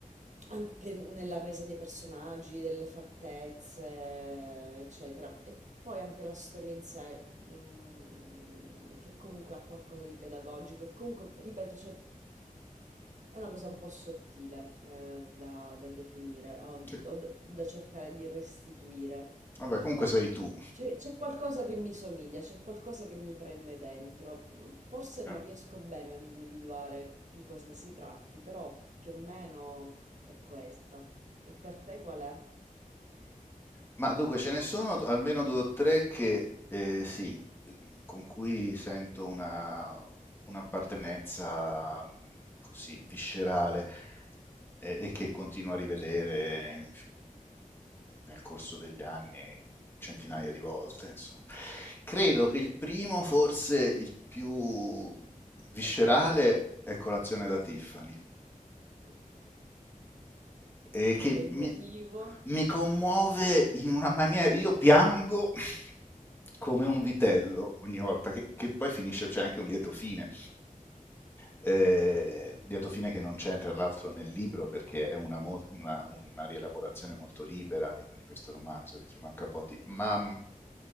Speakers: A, on the right; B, on the left.
A: anche nella resa dei personaggi, delle fattezze, eccetera. E poi anche la storia in sé, mm, che comunque ha qualcosa di pedagogico. E comunque, ripeto, cioè, è una cosa un po' sottile, eh, da, da definire o,
B: Sì.
A: o da da cercare di restituire.
B: Vabbè, comunque sei tu.
A: C'è c'è qualcosa che mi somiglia, c'è qualcosa che mi prende dentro. Mm, Forse
B: Eh.
A: non riesco bene ad individuare di cosa si tratti, però più o meno è questa. E per te qual è?
B: Ma dunque ce ne sono almeno due o tre che eh, sì, con cui sento una, un'appartenenza mh, così viscerale e, e che continuo a rivedere in- nel corso degli anni centinaia di volte, insomma. Credo
A: Ok.
B: che il primo, forse il più viscerale, è Colazione da Tiffany
A: Ok.
B: eh, che
A: E il
B: mi,
A: motivo?
B: mi commuove in una maniera... Io piango <laughs> come un vitello ogni volta, che, che poi finisce, c'è anche un lieto fine. Eh, lieto fine che non c'è tra l'altro nel libro perché è una, mol- una- una rielaborazione molto libera di, di questo romanzo di Truman Capote, ma mh,